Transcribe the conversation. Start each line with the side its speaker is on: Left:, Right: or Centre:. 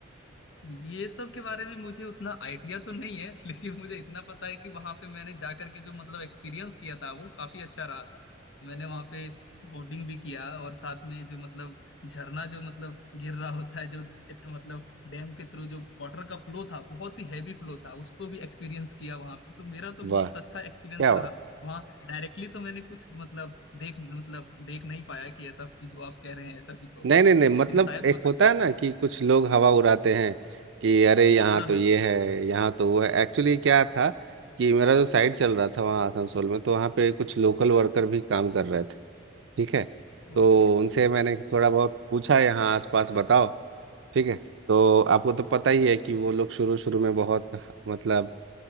Left: ये सब के बारे में मुझे उतना आइडिया तो नहीं है लेकिन मुझे इतना पता है कि वहां पे मैंने जाकर के जो मतलब एक्सपीरियंस किया था वो काफी अच्छा रहा था मैंने वहां पे बोटिंग भी किया और साथ में जो मतलब झरना जो मतलब गिर रहा होता है जो मतलब डैम के थ्रू जो वाटर का फ्लो था बहुत ही हैवी फ्लो था उसको भी एक्सपीरियंस किया वहां पे तो मेरा तो बहुत
Right: वाह
Left: अच्छा एक्सपीरियंस
Right: क्या
Left: रहा वहाँ डायरेक्टली तो मैंने कुछ मतलब देख मतलब देख नहीं पाया कि ऐसा जो आप कह रहे हैं ऐसा कुछ हो
Right: नहीं नहीं नहीं मतलब
Left: लेकिन शायद
Right: एक
Left: हो सकता
Right: होता है
Left: है
Right: ना कि कुछ लोग हवा उड़ाते हैं कि अरे यहाँ
Left: हाँ
Right: तो
Left: हाँ
Right: ये है यहाँ तो वो है एक्चुअली क्या था कि मेरा जो साइट चल रहा था वहाँ आसनसोल में तो वहाँ पे कुछ लोकल वर्कर भी काम कर रहे थे ठीक है तो
Left: ओके
Right: उनसे मैंने थोड़ा बहुत पूछा यहाँ आसपास बताओ ठीक है तो आपको तो पता ही है कि वो लोग शुरू शुरू में बहुत मतलब